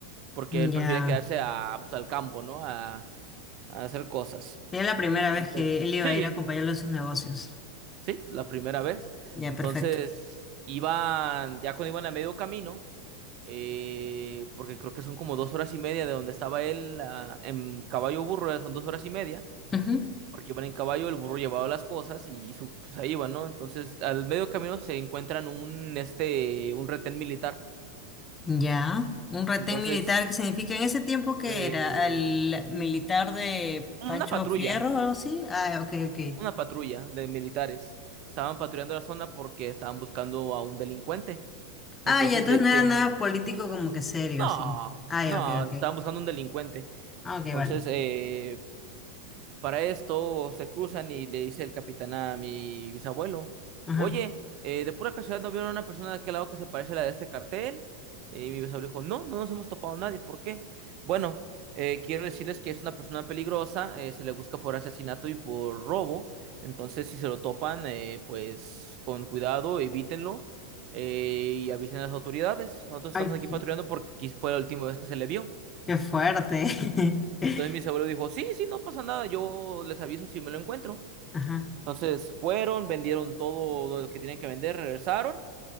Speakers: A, on the right; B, on the left.
A: porque él
B: ya.
A: prefería quedarse a, pues, al campo, ¿no? A, a hacer cosas.
B: Era la primera vez
A: Entonces,
B: que él iba
A: sí,
B: a ir a acompañarlo en sus negocios.
A: sí, la primera vez.
B: Ya,
A: Entonces,
B: perfecto.
A: iban, ya cuando iban a medio camino, eh, porque creo que son como dos horas y media de donde estaba él ah, en caballo burro, son dos horas y media.
B: Ujú.
A: porque iban en caballo, el burro llevaba las cosas y su, pues ahí iban, ¿no? Entonces, al medio camino se encuentran un, este, un retén militar.
B: Ya. Un retén
A: Entonces,
B: militar que significa en ese tiempo que
A: eh,
B: era el militar de
A: una
B: Pancho
A: patrulla,
B: Fierro o algo así. Ah, ok, ok.
A: una patrulla de militares. Estaban patrullando la zona porque estaban buscando a un delincuente.
B: Ah,
A: Entonces
B: ya, entonces
A: le dicen,
B: no era nada político como que serio,
A: no,
B: sí. Ah,
A: no,
B: ya, ok, ok.
A: estaban buscando un delincuente.
B: Ah, ok,
A: Entonces,
B: vale.
A: eh, Para esto se cruzan y le dice el capitán a mi bisabuelo,
B: Ajá.
A: oye, eh, de pura casualidad no vieron a una persona de aquel lado que se parece a la de este cartel. Eh, Y mi bisabuelo dijo, no, no nos hemos topado a nadie, ¿por qué? Bueno, eh, quiero decirles que es una persona peligrosa, eh, se le busca por asesinato y por robo, entonces si se lo topan, eh, pues con cuidado, evítenlo eh, y avisen a las autoridades. Nosotros
B: Ay,
A: estamos aquí
B: qué
A: patrullando porque quis- fue la última vez que se le vio.
B: qué fuerte. <laughs>
A: Entonces mi bisabuelo dijo, sí, sí, no pasa nada, yo les aviso si me lo encuentro.
B: Ajá,
A: Entonces fueron, vendieron todo lo que tenían que vender, regresaron,